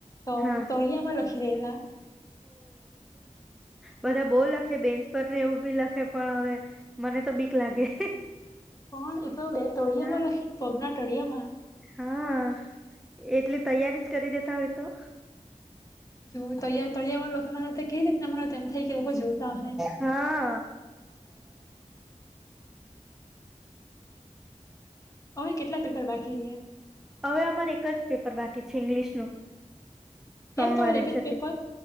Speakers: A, on the left (about 25°); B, in the centre.
A: તો
B: હા
A: તળિયામાં રેરા.
B: બધા બહુ લખ. બેન્ચ પર ને એવું બી લખે પણ હવે મને તો બીક લાગે.
A: પણ એતો બે <unintelligible>
B: હા
A: પગ્ના. તળીયામાં.
B: હા એટલે તૈયારી જ કરી દેતા હોય તો.
A: જો ત તળિયામાં લખવાના તો કેવી રીતના મને તેમ થાય કે લોકો જોતા હોય.
B: હા
A: હવે કેટલા પેપર બાકી રહ્યા.
B: હવે અમારે એક જ પેપર બાકી છે ઇંગ્લિશનું. સોમવારે
A: કેમ તમારે એક જ
B: છે તે,
A: પેપર